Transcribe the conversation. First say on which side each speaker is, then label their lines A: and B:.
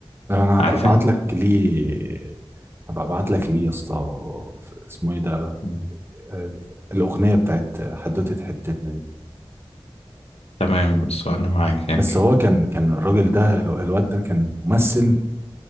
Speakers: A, on the right; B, on the left.
A: انا هبقى
B: عارف
A: ابعت
B: انت
A: لك ليه هبقى ابعت لك ليه يا اسطى ف- اسمه ايه ده
B: مم.
A: آه، الاغنيه بتاعت حدوته حتتنا دي
B: تمام السؤال انا معاك يعني
A: بس هو كان كان الراجل ده ال- الواد ده كان ممثل